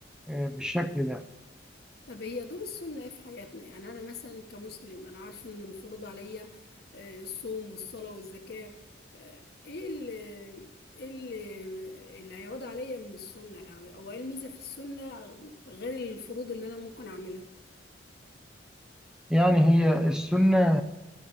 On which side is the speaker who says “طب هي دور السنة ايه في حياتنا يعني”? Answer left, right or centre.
Left